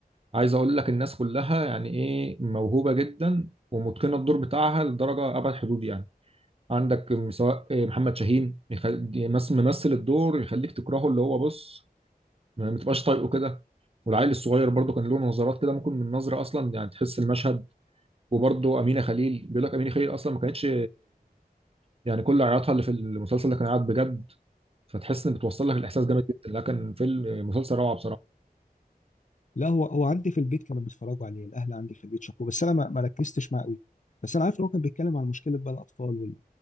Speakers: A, on the right; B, on the left.
A: عايز اقول لك الناس كلها يعني ايه موهوبه جدا ومتقنه الدور بتاعها لدرجه ابعد حدود يعني عندك م- سواء محمد شاهين يخل- يمس- ممثل الدور يخليك تكرهه اللي هو بص ما ما تبقاش طايقه كده والعيل الصغير برضه كان له نظرات كده ممكن من نظره اصلا يعني تحس المشهد وبرضه امينه خليل بيقول لك امينه خليل اصلا ما كانتش يعني كل عياطها اللي في المسلسل ده كان عياط بجد فتحس ان بتوصل لك الاحساس جامد جدا لكن فيلم مسلسل روعه
B: لا هو هو عندي في البيت كانوا بيتفرجوا عليه الاهل عندي في البيت شافوه بس انا ما ما ركزتش معاه قوي بس انا عارف ان هو كان بيتكلم عن مشكله بقى الاطفال والناس